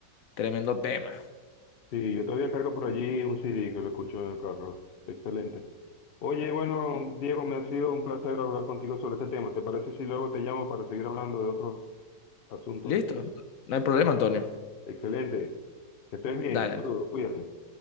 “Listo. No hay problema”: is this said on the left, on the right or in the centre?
Left